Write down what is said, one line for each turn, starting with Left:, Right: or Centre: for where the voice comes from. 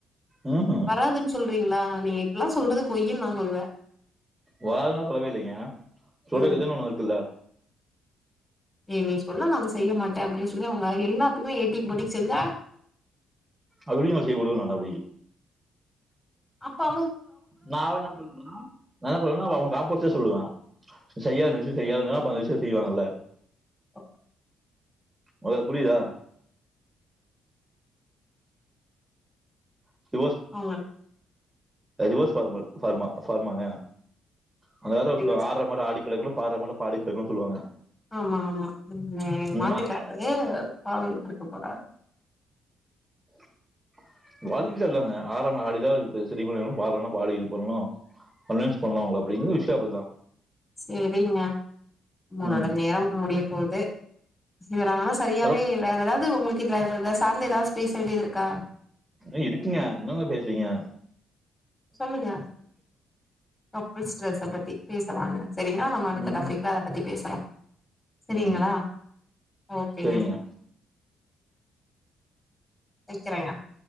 Right: ம்ஹும்.
Left: வராதுன்னு சொல்றீ இல்ல நீங்க இப்டியெல்லா சொல்றது பொய்யினு நா சொல்லுவே
Right: வால்லா சொல்லவே இல்லங்க சொல்ற
Left: ம்
Right: விதம்ன்னு ஒண்ணு இருக்குல்ல
Left: ஏ நீ சொன்ன நா செய்ய மாட்டே அப்படின்னு சொல்லி அவங்க எல்லாத்துக்குமே ஏட்டிக்கு போட்டிக்கு செஞ்சா
Right: அப்டிய நான் செய்ய விடுவேனா நான் அப்டி
Left: அப்பா
Right: நா என்ன பண்ணுவேனா நான் என்ன பண்ணுவேணா அவ ஆப்போசிட்டா சொல்லுவே செய்யாது விஷயம் செய்யாதுன்னா அப்ப அந்த விஷயம் செய்வாங்கல்ல
Left: <inaudible>
Right: உனக்கு புரியுதா <unintelligible>
Left: அவங்க
Right: ரிவர்ஸ் ஃபார்மா ஃபார்மாங்க அந்த காலத்துல
Left: டிவோர்ஸ்
Right: சொல்வாங்க ஆடுற மாட்ட ஆடி கறக்கணு பாடுற மாட்ட பாடி கறக்கணும்னு சொல்லுவாங்க
Left: ஆமா ஆமா உம்
Right: இந்த
Left: மாட்டுக்கார்ரு
Right: மாதிரி
Left: பால் ஊத்துறக்கு போறார்
Right: <unintelligible> ஆடுறவங்கள ஆடிதா செரி பண்ணணு பாடுறவங்கள பாடி இது பண்ணணு கன்வின்ஸ் பண்ணணு அப்டிங்றது விஷயபதான்
Left: செரிங்க உங்களோட
Right: ம்
Left: நேரம் முடிய போது சிர் ஆனா சரியாவே
Right: ஹலோ
Left: வேற ஏதாவது உங்களுக்கு இது சார்ந்து ஏதாவது பேச வேண்டியது இருக்கா
Right: நெறை இருக்குங்க என்னங்க பேசுறிங்க
Left: சொல்லுங்க கப்புல்ஸ் ட்ரெஸ பத்தி பேசலாங்க சரிங்ளா நம்ம அடுத்த
Right: ம்
Left: டாபிக்ல அதை பத்தி பேசலா சரிங்களா
Right: ம்
Left: ஓகேங்க
Right: சரிங்க
Left: வக்கிறங்க